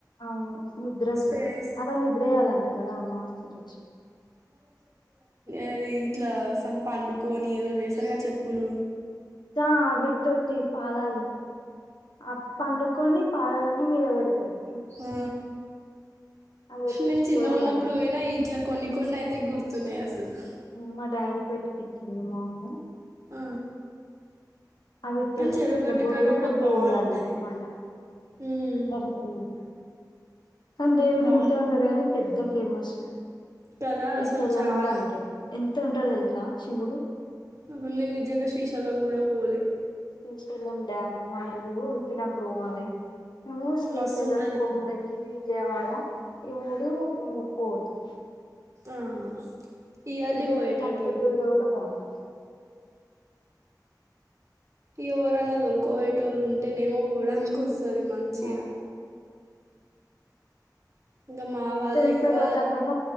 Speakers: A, on the left; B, on the right.
A: అవును నిద్రకి
B: స్పేస్
A: అలా నిద్ర చేయ్యాలంటారు కదా అమావాసకి
B: ఏది ఇట్లా సంప పండుకొని ఏదో చేసారుగా చెప్పులు
A: తావి తొటి పాదాలు ఆ పండుకొని పాదాలన్నీ మీద పెడతాడు
B: ఆ
A: అది పెట్టించుకుంటే
B: నేను చిన్న
A: కూడా
B: ఉన్నప్పుడు
A: మంచిది
B: పోయినా ఇట్లా కొన్ని కొన్ని అయితే గుర్తున్నాయి అసలు తెన్
A: మా డాడీకి పెట్టిపిచ్చింది మా అ మ్మ
B: ఆ
A: అవిటి తోటి
B: కానీ చెరువు
A: ఇట్లా
B: గట్టు
A: బొర్లుకుంటూ
B: కాడ గూడా బావుంటది.
A: వేయాలి మళ్ళా
B: హ్మ్.
A: దర్శనం కానీ దేవుడు
B: బావుం
A: ఇంతే ఉంటారు కానీ పెద్ద ఫేమస్
B: కదా
A: శ్రీశైలం
B: అసలు చాల
A: కూడా అంతే ఎంత ఉంటడో తెలుసా శివుడు
B: అ నేను నిజంగా శ్రీశలం కూడా పోలే
A: శ్రీశైలం డ్యామ్ వాటరు చెప్పినప్పుడు పోవాలి నువ్వు శ్రీశైలంకి
B: మస్తుంటది.
A: పో మళ్ళీ విజయవాడ ఈ మూడు మేము ఎక్కువ పోతాం
B: ఆహా ఇయర్లీ
A: విజయవాడ
B: పోయేటట్టుర్రు.
A: కనకదుర్గ కూడా బాగుంది
B: ఎవరన్న తొలుకపోయేటోళ్ళు ఉంటే నేను పోవడానికి వస్ అది మంచిగా
A: ఆ
B: ఇంక మా వాళ్ళు
A: తెలిస్తే
B: ఎక్కువ
A: పోతండ్రేమో